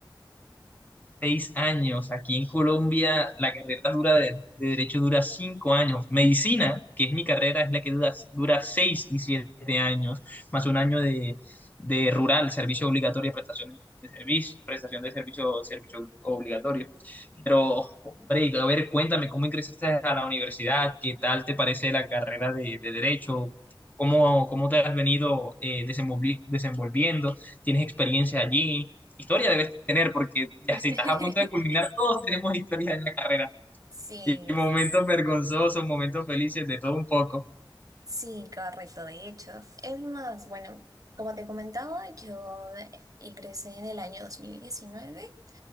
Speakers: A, on the left (about 20°); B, on the right (about 40°).
A: seis años. Aquí en Colombia la carrera dura de, de derecho dura cinco años. Medicina, que es mi carrera, es la que dura, dura seis y siete años, más un año de, de rural, servicio obligatorio, prestaciones de servicio, prestación de servicio, servicio obligatorio. Pero, hombre, a ver, cuéntame, ¿cómo ingresaste a la universidad? ¿Qué tal te parece la carrera de, de derecho? ¿Cómo, cómo te has venido eh, desenvolvi- desenvolviendo? ¿Tienes experiencia allí? historia debes tener, porque ya
B: <laughs>
A: si estás a punto de culminar, todos tenemos historias en la carrera.
B: Sí,
A: Y
B: es-
A: momentos vergonzosos, momentos felices, de todo un poco.
B: sí, correcto, de hecho. Es más, bueno, como te comentaba, yo eh, ingresé en el año 2019.